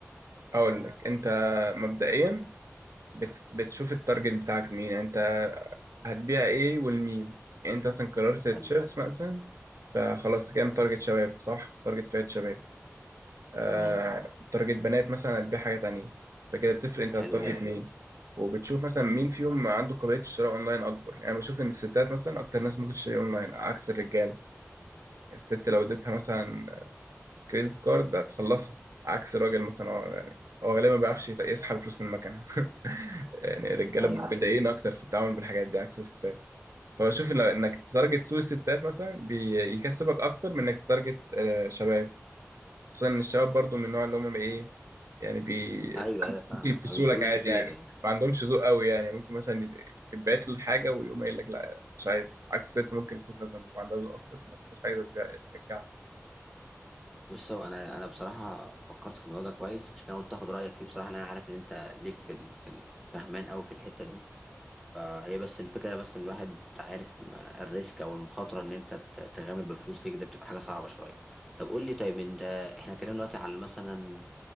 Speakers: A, on the right; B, in the centre.
A: اقول لك انت مبدئيا بت... بتشوف التارجت بتاعك مين يعني انت هتبيع ايه ولمين يعني انت مثلا قررت التيشيرتس
B: حلو.
A: مثلا فخلاص كام تارجت شباب صح تارجت فئة شباب آه
B: تمام
A: تارجت بنات مثلا هتبيع حاجة تانية فكده بتفرق انت
B: حلو
A: هتارجت
B: جدا
A: مين وبتشوف مثلا مين فيهم عنده قابلية الشراء اونلاين اكبر يعني بشوف ان الستات مثلا اكتر ناس ممكن تشتري اونلاين عكس الرجال يعني الست لو اديتها مثلا كريدت كارد هتخلصها عكس الراجل مثلا هو يعني هو غالبا ما بيعرفش يت- يسحب فلوس من المكنة <laughs> يعني الرجالة
B: ايوه
A: متضايقين اكتر في التعامل بالحاجات دي عكس الستات فبشوف إن- انك تتارجت سوق الستات مثلا بيكسبك اكتر من انك تتارجت آه، شباب خصوصا ان الشباب برضو من النوع اللي هم ايه يعني بي
B: ايوه ايوه
A: ممكن
B: فاهم
A: يفكسوا
B: ما بيشتروش
A: لك عادي
B: كتير
A: يعني
B: يعني
A: ما عندهمش ذوق قوي يعني ممكن مثلا يتبعت له حاجه ويقوم قايل لك لا مش عايز عكس الست ممكن الست مثلا تبقى عندها ذوق اكتر فما تبقاش عايزه ترجع- ترجعها
B: بص هو انا انا بصراحه فكرت في الموضوع ده كويس عشان كده قلت اخد رايك فيه بصراحه لان انا عارف ان انت ليك في ال... في ال- فهمان قوي في الحته دي فهي بس الفكره بس ان الواحد عارف ما- الريسك او المخاطره ان انت ت- تغامر بفلوس ليك ده بتبقى حاجه صعبه شويه طب قول لي طيب انت احنا اتكلمنا دلوقتي على مثلا